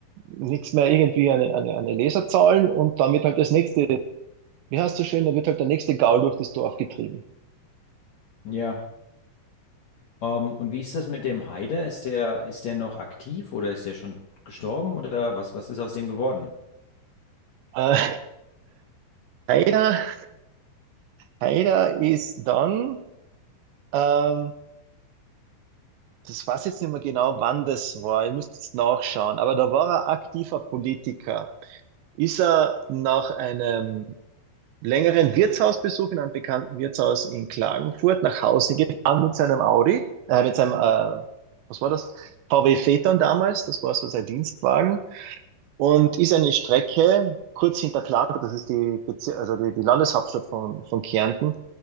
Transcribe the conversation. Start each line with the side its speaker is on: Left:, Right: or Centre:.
Right: nichts mehr irgendwie eine, eine, eine Leserzahlen und damit halt das nächste, wie heißt so schön, da wird halt der nächste Gaul durch das Dorf getrieben.
Left: Ja. Ähm, und wie ist das mit dem Haider? Ist der, ist der noch aktiv oder ist der schon gestorben oder was, was ist aus dem geworden?
Right: Äh, Haider, Haider ist dann, ähm, das weiß ich jetzt nicht mehr genau, wann das war, ihr müsst jetzt nachschauen, aber da war er aktiver Politiker. Ist er nach einem längeren Wirtshausbesuch in einem bekannten Wirtshaus in Klagenfurt nach Hause gefahren mit seinem Audi, äh, mit seinem, äh, was war das? VW Phaeton damals, das war so sein Dienstwagen, und ist eine Strecke kurz hinter Klagenfurt, das ist die, Bezi- also die, die Landeshauptstadt von, von Kärnten,